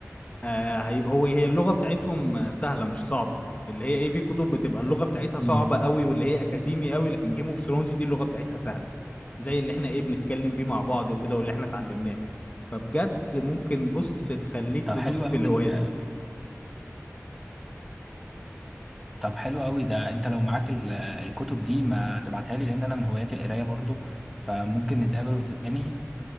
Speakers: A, on the left; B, in the centre.
A: آه هي- هو هي اللغة بتاعتهم آه، سهلة مش صعبة اللي هي ايه في كتب بتبقى اللغة بتاعتها
B: مم.
A: صعبة قوي واللي هي اكاديمي قوي لكن جيم اوف ثرونز دي اللغة بتاعتها سهلة زي اللي احنا ايه بنتكلم بيه مع بعض وكده واللي احنا اتعلمناه فبجد ممكن بص تخليك
B: طب
A: تدوس
B: حلو
A: في
B: قوي
A: الهواية
B: انت
A: دي
B: طب حلو قوي ده انت لو معاك ال- الكتب دي ما تبعتها لي لان انا من هوايات القرايه برضو فممكن نتقابل وتداني